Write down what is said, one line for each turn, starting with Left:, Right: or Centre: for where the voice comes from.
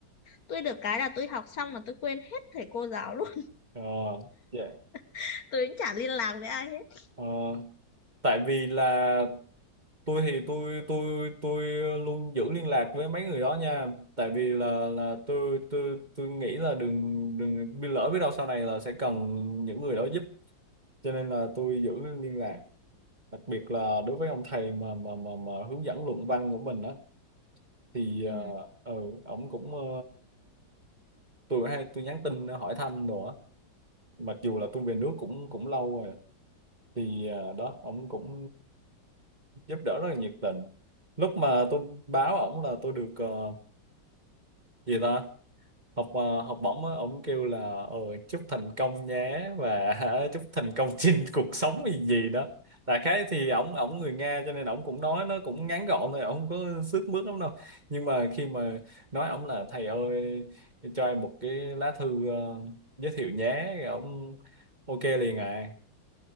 Left: tôi được cái là tôi học xong mà tôi quên hết thầy cô giáo luôn
Right: Ờ dạ.
Left: <laughs> tôi cũng chả liên lạc với ai hết
Right: Ờ, tại vì là tôi thì tôi tôi tôi luôn giữ liên lạc với mấy người đó nha. Tại vì là là tôi tôi tôi nghĩ là đừng đừng bị lỡ biết đâu sau này là sẽ cần những người đó giúp. Cho nên là tôi giữ liên lạc. Đặc biệt là đối với ông thầy mà mà mà mà hướng dẫn luận văn của mình á thì
Left: ừ,
Right: uh, ừ ổng cũng ờ, tôi hay tôi nhắn tin hỏi thăm đồ á mặc dù là tôi về nước cũng cũng lâu rồi thì ờ, đó ổng cũng giúp đỡ rất là nhiệt tình lúc mà tôi báo ổng là tôi được ờ, gì ta học ờ, học bổng á ổng kêu là ờ chúc thành công nhé và <laughs> chúc thành công <laughs> trên cuộc sống gì gì đó đại khái thì ổng ổng người Nga cho nên ổng cũng nói nó cũng ngắn gọn thôi ổng không có xước mướt lắm đâu nhưng mà khi mà nói ổng là thầy ơi cho em một cái lá thư ờ, giới thiệu nhé ổng ok liền à